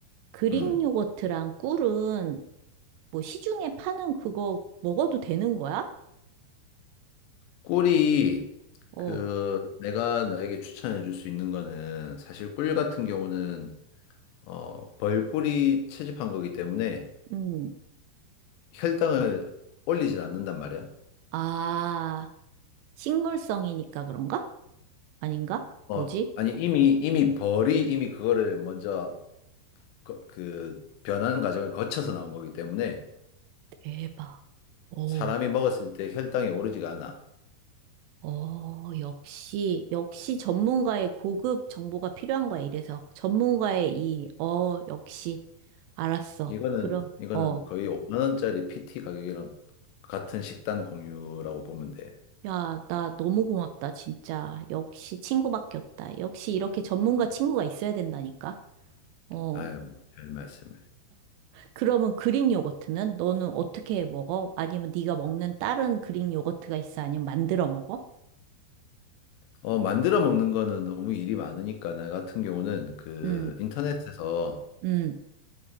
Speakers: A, on the right; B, on the left.
A: 그릭
B: 음.
A: 요거트랑 꿀은 뭐 시중에 파는 그거 먹어도 되는 거야?
B: 꿀이
A: 어,
B: 그 내가 너에게 추천해 줄 수 있는 거는 사실 꿀 같은 경우는 어 벌꿀이 채집한 거기 때문에
A: 음.
B: 혈당을 올리질 않는단 말이야.
A: 아, 식물성이니까 그런가? 아닌가?
B: 어
A: 뭐지?
B: 아니 이미 이미 벌이 이미 그거를 먼저 거- 그 변하는 과정을 거쳐서 나온 거기 때문에
A: 대박. 어,
B: 사람이 먹었을 때 혈당이 오르지가 않아.
A: 어, 역시, 역시 전문가의 고급 정보가 필요한 거야, 이래서. 전문가의 이, 어, 역시. 알았어.
B: 이거는
A: 그럼,
B: 이거는
A: 어.
B: 거의 5만 원짜리 PT 가격이랑 같은 식단 공유라고 보면 돼.
A: 야, 나 너무 고맙다, 진짜. 역시 친구밖에 없다. 역시 이렇게 전문가 친구가 있어야 된다니까. 어.
B: 아유 뭐별 말씀을.
A: 그러면 그릭 요거트는 너는 어떻게 먹어? 아니면 네가 먹는 다른 그릭 요거트가 있어? 아니면 만들어 먹어?
B: 어, 만들어 먹는 거는 너무 일이 많으니까 나 같은 경우는 그
A: 음,
B: 인터넷에서
A: 음.